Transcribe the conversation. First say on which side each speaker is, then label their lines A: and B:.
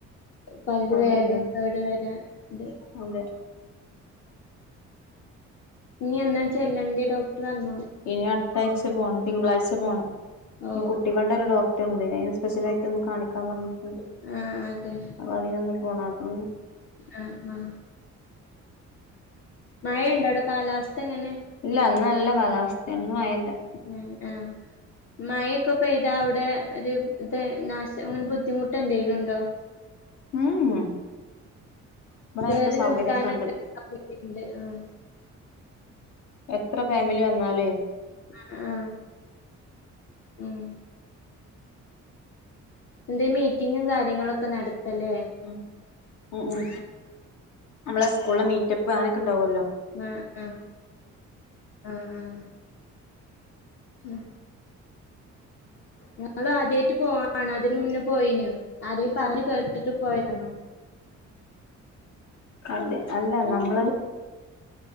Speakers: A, on the left; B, on the left.
A: പല്ല്
B: അത്
A: വേഗം
B: ശരിയാ
A: കേട് വെരാ ഇത്
B: അതെ
A: ഇനി എന്ന ചെല്ലണ്ടേ ഡോക്ടർ പറഞ്ഞോ
B: ഇനി അടുത്ത ആഴ്ച്ച പോണം തിങ്കളാഴ്ച പോണം
A: ഓ
B: ഈ കുട്ടി കുട്ടിളുടെ ഒരു ഡോക്ടറുണ്ട് അയ്ന് സ്പെഷ്യലായിട്ട് ഒന്ന് കാണിക്കാന്ന് പറഞ്ഞിട്ടുണ്ട്
A: ആഹ് അതെ
B: അപ്പൊ അതിനൊന്ന് പോണം അപ്പം
A: ആഹ് ആഹ് മഴയുണ്ട അവിടെ കാലാവസ്ഥ എങ്ങനെ
B: ഇല്ല ഇന്ന് നല്ല കാലാവസ്ഥയാ മഴയില്ല
A: മ്മ് ആഹ് മഴയൊക്കെ പെയ്താ അവിടെ ഒരു ഇത് നാശം അങ്ങനെ ബുദ്ധിമുട്ട് എന്തേലുണ്ടോ
B: ഉം ഇവിടെ
A: കേറി
B: നല്ല സൗകര്യൊക്കെ
A: നിൽക്കാനൊക്കെ
B: ഉണ്ട്
A: സാധ്യത ഇണ്ട് ആഹ്
B: എത്ര ഫാമിലി വന്നാലുവേ
A: അ ആഹ് ഉം എന്തേ മീറ്റിങ്ങും കാര്യങ്ങളൊക്കെ നടത്താല്ലേ
B: ഉം ഉം നമ്മളെ സ്കൂൾല മീറ്റപ്പ് അങ്ങനൊക്കെ ഉണ്ടാവുല്ലോ
A: ഉം ഉം ഉം ഉം ഉം നിങ്ങളാദ്യായിട്ട് പോവാണോ അതിന് മുന്നേ പോയിനു ആരേലും പറഞ് കേട്ടിട്ട് പോയിതാണോ
B: അതെ അല്ല നമ്മള്